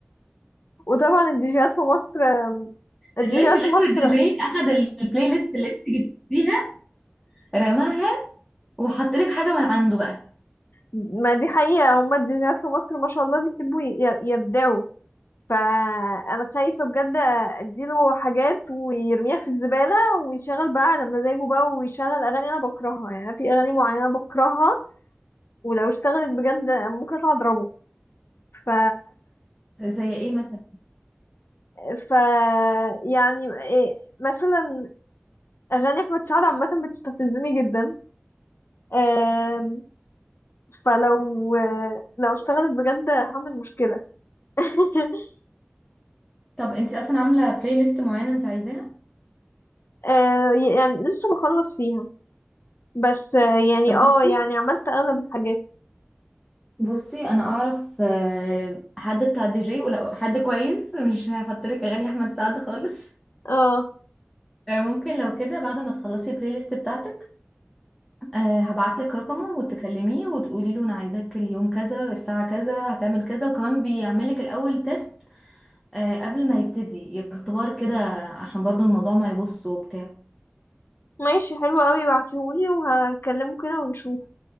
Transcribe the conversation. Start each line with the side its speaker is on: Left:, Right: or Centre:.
Left: وطبعا الديجيهات في مصر الديجيهات
Centre: بتلاقي في الاخر
Left: في مصر
Centre: الدي جي اخد البلاي ليست اللي انت جبتيها رماها وحط لك حاجه من عنده بقى
Left: ما دي حقيقة هما الديجيهات في مصر ما شاء الله بيحبوا ي- يبدعوا فانا خايفه بجد اديله حاجات ويرميها في الزباله ويشغل بقى على مزاجه بقى ويشغل اغاني انا بكرهها يعني أنا في اغاني معينه بكرهها ولو اشتغلت بجد ممكن اطلع اضربه ف
Centre: <laughs> زي ايه مثلا
Left: ف يعني إيه مثلا اغاني احمد سعد عامه بتستفزني جدا آم، فلو آه، لو اشتغلت بجد هعمل مشكلة <laughs>
Centre: طب انت اصلا عامله بلاي ليست معينه انت عايزاها
Left: آه، يعني لسه بخلص فيها بس آه، يعني
Centre: طب
Left: اه
Centre: بصي
Left: يعني عملت اغلب الحاجات
Centre: بصي انا اعرف آه، حد بتاع دي جي ولو حد كويس مش هحط لك اغاني احمد سعد خالص
Left: اه
Centre: آه، ممكن لو كده بعد ما تخلصي البلاي ليست بتاعتك آه، هبعت لك رقمه وتكلميه وتقولي له انا عايزاك اليوم كذا الساعه كذا هتعمل كذا وكمان بيعمل لك الاول تيست آه قبل ما يبتدي اختبار كده عشان برضو الموضوع ما يبص وبتاع
Left: ماشي حلو قوي بعتهولي وهكلمه كده ونشوف